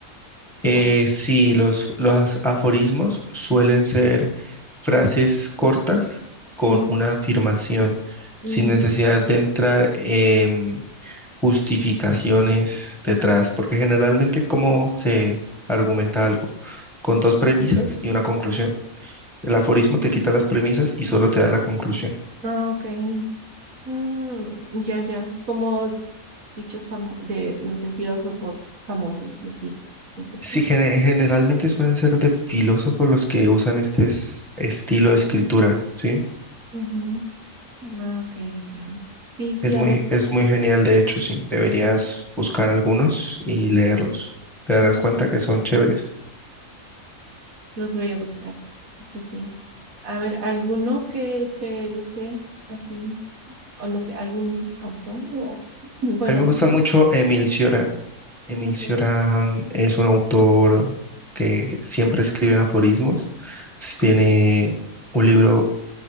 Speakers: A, in the centre; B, on the right.
A: Eh,
B: O, s-
A: sí, los, los aforismos suelen ser frases cortas con
B: Ujú.
A: una afirmación,
B: Mm,
A: sin necesidad de entrar en justificaciones detrás, porque generalmente cómo se argumenta algo, con dos premisas y una conclusión. El aforismo te quita las premisas y solo te da la conclusión.
B: ah, ok. Mm, ya, ya. Como dichos famo- de, no sé, filósofos famosos, de sí, ¿no es cierto?
A: Sí, gene- generalmente suelen ser de filósofos los que usan este es- estilo de escritura, ¿sí?
B: Ujú. Ah, ok, ok. Sí, sí,
A: Es
B: a
A: muy,
B: ver,
A: es muy genial, de hecho, sí. Deberías buscar algunos y leerlos. Te darás
B: no,
A: cuenta que son chéveres.
B: los voy a buscar. Sí, sí. A ver, ¿alguno que te guste así? O no sé, algún autor o... <clears throat> Bueno,
A: A mí me gusta
B: sí, sí.
A: mucho Emil Cioran. Emil
B: Ok.
A: Cioran es un autor que siempre escribe en aforismos. Entonces, tiene un libro,